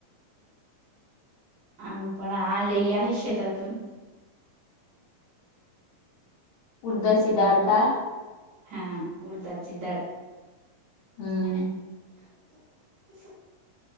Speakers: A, on the right; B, on the left.
A: आम्ही पण आणलेली आहे शेतातून.
B: उडदाची डाळ का.
A: हा उडदाची डाळ.
B: हम्म.
A: <unintelligible>